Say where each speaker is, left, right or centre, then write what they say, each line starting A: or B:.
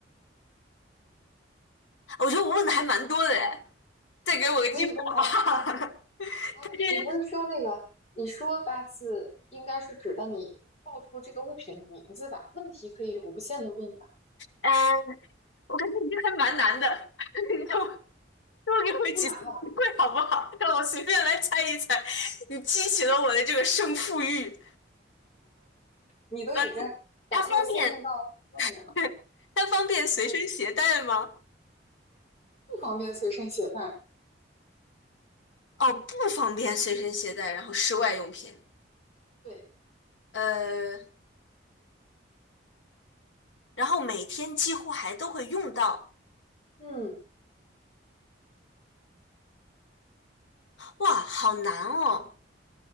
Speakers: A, on the left (about 85°); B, on the left (about 35°).
A: 我觉得我问的还蛮多的哎，再给我个机会好不好？
B: 呃可以问
A: <laughs>
B: 啊，
A: 但是，
B: 你不是说那个，你说八次应该是指的你报出这个物品的名字吧？问题可以无限的问吧？
A: 嗯、我感觉你这还蛮难的，<laughs> 你多多给我几次机会好不好？
B: 不难吧？
A: <laughs> 让我随便来猜一猜，你激起了我的这个胜负欲。
B: 你都已经把这个限定到外面了，
A: 呃，它方便，<laughs> 它方便随身携带吗？
B: 嗯，不方便随身携带。
A: 哦，不方便随身携带，然后室外用品，
B: 对，
A: 呃，然后每天几乎还都会用到。
B: 嗯
A: 哇，好难哦！